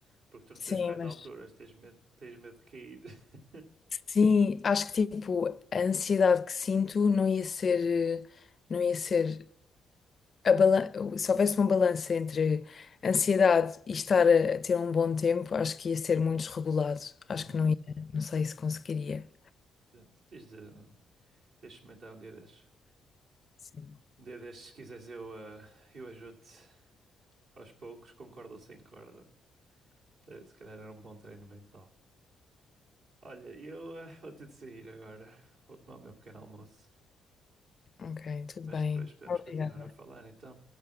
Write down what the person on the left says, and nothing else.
sim,
mas
sim, acho que tipo a ansiedade que sinto não ia ser, não ia ser a balan- se houvesse uma balança entre ansiedade e estar a, a ter um bom tempo, acho que ia ser muito desregulado.
Acho que não ia, não sei se conseguiria.
Sim.
Ok, tudo
bem.
Obrigada.